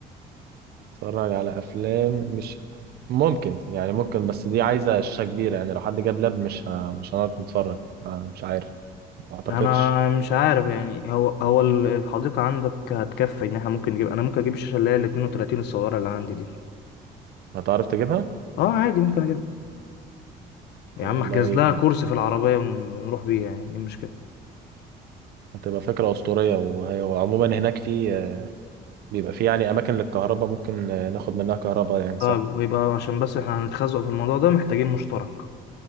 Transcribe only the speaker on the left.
انا مش عارف يعني هو هو ال- الحديقه عندك هتكفي ان احنا ممكن نجيب انا ممكن اجيب الشاشه اللي هي ال 32 الصغيره اللي عندي دي
اه عادي ممكن اجيبها يا
عم
احجز لها كرسي في العربيه ون- ونروح بيها يعني ايه المشكله
طيب
ويبقى عشان بس احنا هنتخزق في الموضوع ده محتاجين مشترك